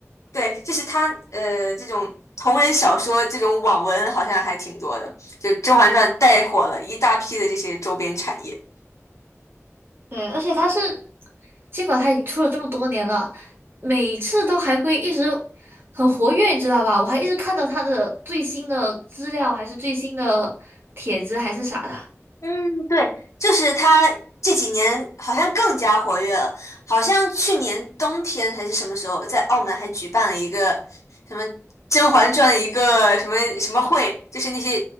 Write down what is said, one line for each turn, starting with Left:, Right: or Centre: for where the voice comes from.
Left: 对，就是他呃这种同人小说这种网文好像还挺多的，就《甄嬛传》带火了一大批的这些周边产业。
Right: 对，而且他是，尽管他已经出了这么多年了，每次都还会一直很活跃，你知道吧？我还一直看到他的最新的资料，还是最新的帖子，还是啥的。
Left: 嗯，对，就是他这几年好像更加活跃了，好像去年冬天还是什么时候，在澳门还举办了一个什么《甄嬛传》一个什么什么会，就是那些